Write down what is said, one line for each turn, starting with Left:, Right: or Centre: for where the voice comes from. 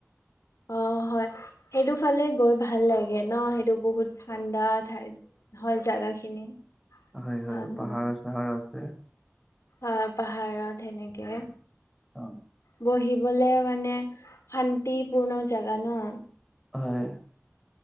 Left: অ হয় সেইটো ফালে, গৈ ভাল লাগে ন সেইটো বহুত ঠাণ্ডাত। ঠাইত হয় জাগা খিনি
Centre: হয়
Left: হ
Centre: হয়
Left: হুম।
Centre: পাহাৰ চাহাৰ আছে
Left: অ পাহাৰত সেনেকে।
Centre: অ।
Left: বহিবলে মানে, শান্তিপূৰ্ণ জাগা ন।
Centre: হয়!